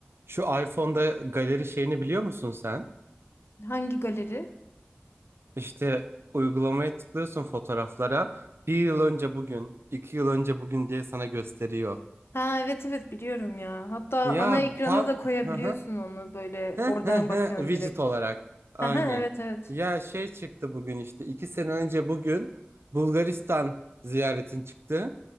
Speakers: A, on the right; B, on the left.
A: Şu iPhone'da galeri şeyini biliyor musun sen?
B: Hangi galeri?
A: İşte uygulamaya tıklıyorsun fotoğraflara. Bir yıl önce bugün, iki yıl önce bugün diye sana gösteriyor.
B: Ha evet evet biliyorum ya. Hatta
A: Ya
B: ana ekrana
A: tam
B: da koyabiliyorsun
A: Hı hı.
B: onu böyle
A: Hı
B: oradan
A: hı hı.
B: bakıyorsun
A: widget
B: direkt.
A: olarak. Aynen.
B: ha evet evet.
A: Ya şey çıktı bugün işte iki sene önce bugün Bulgaristan ziyaretin çıktı.